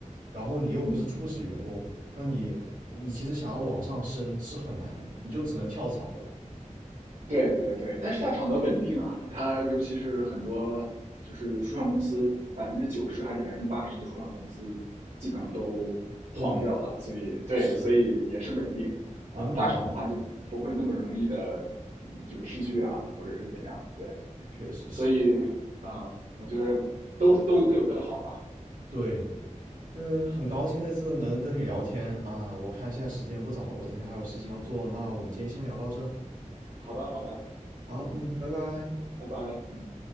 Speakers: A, on the right (about 85°); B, on the right (about 60°).
A: 然后你又不是初始员工，
B: 嗯嗯，
A: 那你你其实想要往上升是很难的，你就只能跳槽了，
B: 对对对。但是大厂的稳定啊，它尤其是很多就是初创公司，百分之九十还是百分之八十的初创公司，基本上都黄掉了。
A: 都没了，
B: 所以对，
A: 是
B: 所以也是稳定啊、
A: 能明白。
B: 大厂的话就不会那么容易的，嗯就是失去啊，或者是怎样。对，
A: 确实是。
B: 所以啊、呃我觉得都都各有各的好吧。
A: 对，嗯，很高兴这次能跟你聊天啊，我看现在时间不早了，我等一下还有事情要做，那我们今天先聊到这。
B: 好的，好的，
A: 好，嗯，拜拜。
B: 拜拜，嗯。